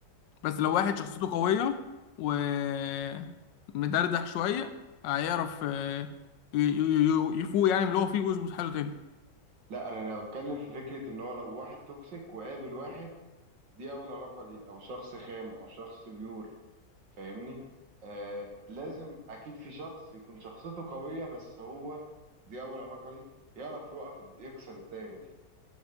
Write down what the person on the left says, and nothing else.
بس لو
واحد شخصيته قوية ومدردح شوية هيعرف آه، ي- ي- ي- يفوق يعني من اللي هو فيه ويظبط حاله تاني